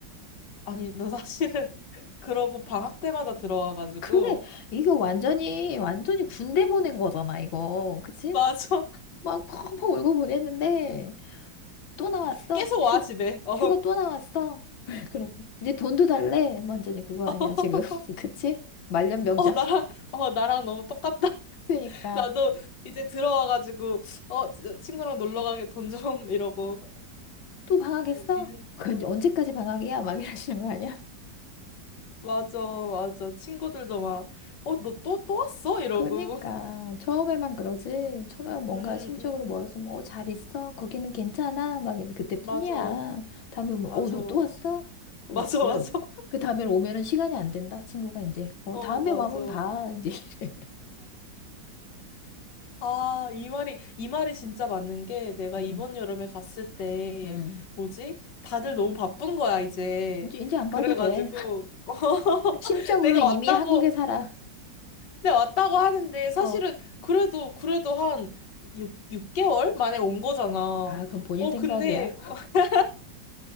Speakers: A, on the left; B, on the left.
A: 아니, 너 사실은 <laughs> 그러고 방학 때마다 들어와가지고.
B: 그래. 이거 완전히, 완전히 군대 보낸 거잖아, 이거. 그치?
A: 맞아.
B: 막 펑펑 울고 보냈는데 또 나왔어.
A: 계속
B: 휴,
A: 와, 집에. 어.
B: 휴가 또 나왔어. <laughs> 그리고 이제 돈도 달래. 완전히 그거
A: <laughs>
B: 아니야, 지금. <laughs> 그치? 말년병장.
A: 어, 어, 나랑, 어, 나랑 너무 똑같다. <laughs>
B: 그니까
A: 나도 이제 들어와가지고, 어, 지- 친구랑 놀러 가게 돈 좀, <laughs> 이러고.
B: 또 방학했어?
A: 이제,
B: 그
A: 어,
B: 이제 언제까지 방학이야? 막 이러시는 거 아니야?
A: 맞아, 맞아. 친구들도 막, 어, 너 또, 또 왔어? 이러고.
B: 그러니까 처음에만 그러지. 처음에 뭔가
A: 음,
B: 심적으로
A: 음,
B: 멀어서 뭐, 어, 잘 있어? 거기는 괜찮아? 막 이러면 그때뿐이야.
A: 맞아,
B: 다음에 오면
A: 맞아.
B: 어, 너 또 왔어? 어,
A: 맞아,
B: 그런
A: 맞아. <laughs>
B: 그 다음에 오면은 시간이 안 된다. 친구가 이제 어,
A: 어,
B: 다음에
A: 맞아.
B: 와면 봐. <laughs> 이제 이래.
A: 아, 이 말이, 이 말이 진짜 맞는 게 내가
B: 음,
A: 이번 여름에 갔을 때,
B: 음.
A: 뭐지? 다들 너무 바쁜 거야, 이제.
B: 이제 이제 안
A: 그래가지고,
B: 봐도 돼.
A: <laughs>
B: <laughs> 심적으로
A: 내가
B: 이미
A: 왔다고,
B: 한국에 살아.
A: 내가 왔다고 하는데 사실은
B: 어.
A: 그래도, 그래도 한 6, 육개월 만에 온 거잖아.
B: 아, 그건 본인
A: 어,
B: 생각이야.
A: 근데, <laughs>